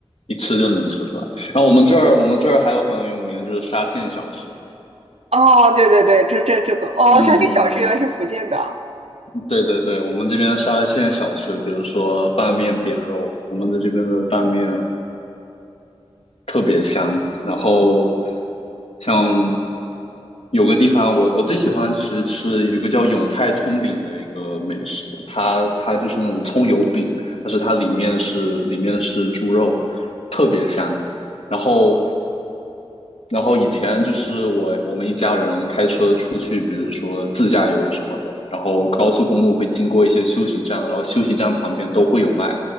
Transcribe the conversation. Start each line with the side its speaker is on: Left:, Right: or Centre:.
Left: 一吃就能吃出来。然后我们这儿我们这儿还有很有名的就是沙县小吃，
Right: 哦，对对对，这这这个哦，
Left: 嗯，
Right: 山区小吃原来是福建的，啊，
Left: 嗯对对对，我们这边沙县小吃，比如说拌面扁肉，我们的这边的拌面。特别香。然后像有个地方我，我最喜欢就是吃有个叫永泰葱饼的一个美食，它它就是那种葱油饼，但是它里面是里面是猪肉，特别香。然后然后以前就是我我们一家人开车出去，比如说自驾游什么的，然后高速公路会经过一些休息站，然后休息站旁边都会有卖。